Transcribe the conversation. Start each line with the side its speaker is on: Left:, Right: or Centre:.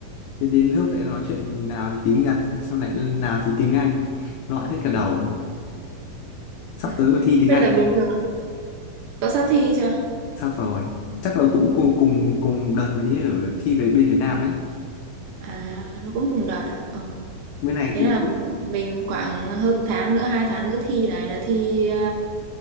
Left: Thế đến lớp lại nói chuyện thì nào thì tiếng Nhật xong lại nào thì tiếng Anh loạn hết cả đầu
Right: Ừ. <laughs>
Left: <laughs> sắp
Right: À,
Left: tới có thi tiếng
Right: vậy
Left: Anh
Right: là bình thường cậu sắp thi chưa
Left: sắp rồi chắc là cũng cùng cùng cùng đợt mới ở thi về bên Việt Nam đấy
Right: à nó cũng cùng đợt à ờ.
Left: bên này
Right: thế
Left: cũng
Right: là mình khoảng hơn tháng nữa hai tháng nữa thi này là thi ờ,